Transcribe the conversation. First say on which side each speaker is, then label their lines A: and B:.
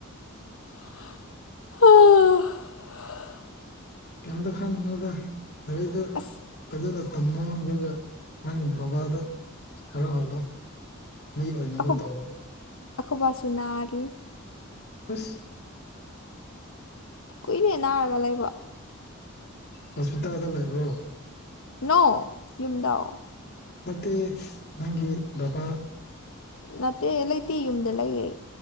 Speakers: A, on the left; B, on the left.
A: ꯑꯣ
B: ꯀꯩꯝꯇ ꯈꯥꯡꯉꯣꯗ ꯔꯤꯗ
A: ꯑꯁ
B: ꯐꯖꯅ ꯇꯃꯣꯒ ꯅꯪ ꯕꯕꯥꯗ ꯍꯂꯣ ꯍꯂꯣ ꯃꯤ ꯑꯣꯏꯅꯕꯨ
A: ꯑꯩꯈꯣꯏ
B: ꯇꯧꯔꯣ
A: ꯑꯩꯈꯣꯏꯕꯥꯁꯨ ꯅꯥꯔꯤ
B: ꯑꯁ
A: ꯀꯨꯏꯅ ꯅꯥꯔꯒ ꯂꯩꯕ
B: ꯍꯁꯄꯤꯇꯥꯜꯗ ꯂꯩꯕ꯭ꯔꯣ
A: ꯅꯧ ꯌꯨꯝꯗꯥꯎ
B: ꯃꯦ ꯅꯪꯒꯤ ꯕꯕꯥ
A: ꯅꯠꯇꯦ ꯂꯩꯇꯦ ꯌꯨꯝꯗ ꯂꯩꯌꯦ